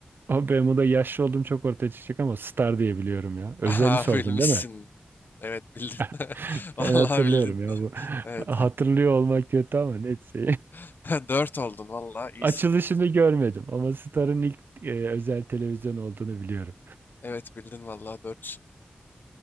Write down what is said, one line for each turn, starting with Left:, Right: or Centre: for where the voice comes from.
Right: O Bermuda yaşlı olduğum çok ortaya çıkacak ama star diye biliyorum
Left: <laughs>
Right: ya. Özel
Left: Aha
Right: sordun
Left: bilmişsin.
Right: değil mi?
Left: Evet bildin. <laughs>
Right: <laughs>
Left: Vallahi
Right: Ben hatırlıyorum
Left: bildin.
Right: ya bu.
Left: <laughs> Evet.
Right: Hatırlıyor olmak kötü ama neyse. <laughs>
Left: <laughs> Dört oldun vallahi iyisin.
Right: Açılışını görmedim ama Star'ın ilk e, özel televizyon olduğunu biliyorum.
Left: Evet bildin vallahi 400.